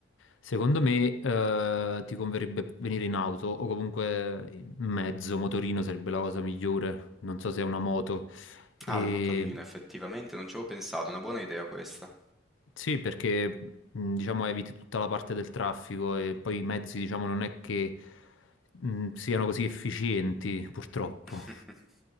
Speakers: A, on the left; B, in the centre.
A: Secondo me, eh, ti converrebbe venire in auto o comunque in mezzo, motorino sarebbe la cosa migliore. Non so se è una moto. E...
B: Ah, il motorino, effettivamente, non ci avevo pensato, una buona idea questa.
A: Sì, perché mh, diciamo eviti tutta la parte del traffico e poi i mezzi, diciamo, non è che mh, siano così efficienti, purtroppo.
B: <laughs>